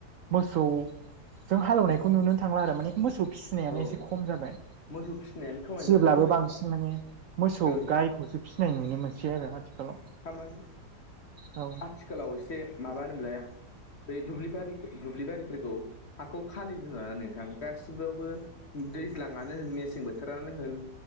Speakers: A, on the right (about 65°); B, on the left (about 45°).
A: मोसौ जों हालेवनायखौ नुनो थांला आरो माने मोसौ फिसिनायानो
B: औ
A: एसे खम जाबाय
B: मोसौ फिसिनायानो खामानि
A: फिसिब्लाबो
B: जाबाय थारमाने
A: बांसिन माने मोसौ
B: ओ
A: गायखौसो फिसिनाय नुनो मोनसै आरो आथिखालाव
B: थामानि
A: औ
B: आथिखालाव एसे माबा होनोमोनलाय बै दुब्लि बारि दुब्लि बारिफोरखौ हाखौ खालि दोनलाना नोंथां गासियावबो दैज्लांनो होन मेसें बोथोरानो होन